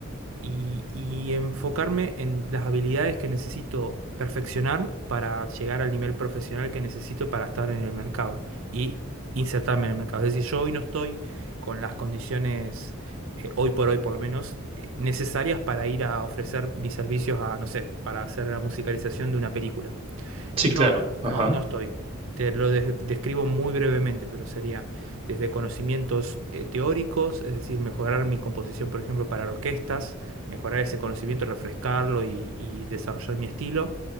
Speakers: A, on the right (about 60°); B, on the right (about 25°).
A: y, y enfocarme en las habilidades que necesito perfeccionar para llegar al nivel profesional que necesito para estar en el mercado y insertarme en el mercado. Es decir, yo hoy no estoy con las condiciones, eh, hoy por hoy por lo menos, eh, necesarias para ir a ofrecer mis servicios a, no sé, para hacer la musicalización de una película.
B: Sí,
A: No,
B: claro. Ajá,
A: no, no estoy. Te lo de- describo muy brevemente, pero sería desde conocimientos eh, teóricos, es decir, mejorar mi composición, por ejemplo, para orquestas, mejorar ese conocimiento, refrescarlo y, y desarrollar mi estilo,